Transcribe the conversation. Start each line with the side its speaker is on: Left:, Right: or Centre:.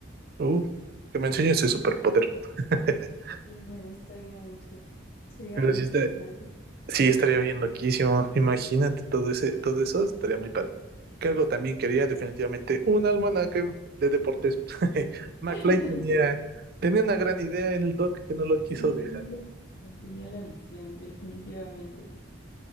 Right: Uh, que me enseñes ese superpoder. <laughs>
Left: Y me gustaría mucho. Sería
Right: Pero
Left: muy interesante.
Right: sí está, Sí, estaría bien loquísimo. Imagínate todo ese, todo eso, estaría muy padre. Cargo también quería definitivamente un almanaque de deportes. <laughs> McFly
Left: <laughs>
Right: tenía, tenía una gran idea el Doc que no lo quiso
Left: Sí, tenía,
Right: dejar.
Left: la tenía la visión, definitivamente.